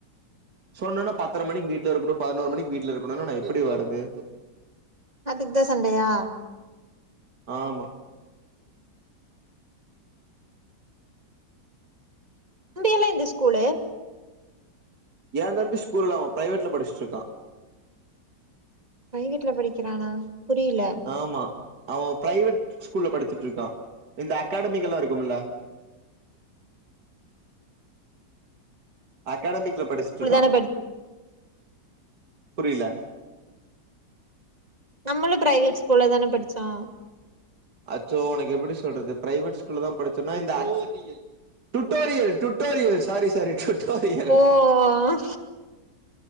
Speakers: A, on the right; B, on the right.
A: சொன்னன்னே பத்தரை மணிக்கு வீட்ல இருக்கணு பதினோரு மணிக்கு வீட்ல இருக்கணும்னா நா எப்டி வரது
B: அதுக்கு தா சண்டையா
A: ஆமா
B: முந்தி இல்ல இந்த ஸ்கூலு
A: ஏ தம்பி ஸ்கூல் இல்ல அவன் பிரைவேட்ல படிச்சிட்டு இருக்கான்
B: பிரைவேட்ல படிக்கிறானா புரியல
A: ஆமா அவன் பிரைவேட் ஸ்கூல்ல படிச்சிட்டு இருக்கான் இந்த அகாடமிக்கிள இருக்குமில
B: <inaudible>
A: அகாடமிக்ல படிச்சிட்டு
B: ஸ்கூல்
A: இருக்கான்
B: தான படி
A: புரில
B: நம்மளு பிரைவேட் ஸ்கூல்ல தான படிச்சோ
A: அச்சோ உனக்கு எப்டி சொல்றது பிரைவேட் ஸ்கூல்ல தா படிச்சோம்னா இந்த at <unintelligible> tutorial tutorial sorry sorry tutorial
B: ஓ